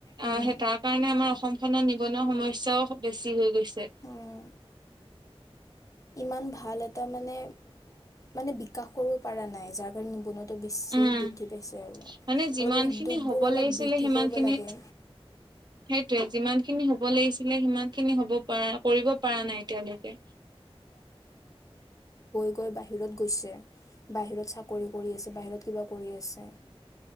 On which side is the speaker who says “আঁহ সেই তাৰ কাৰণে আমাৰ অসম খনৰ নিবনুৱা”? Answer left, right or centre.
Right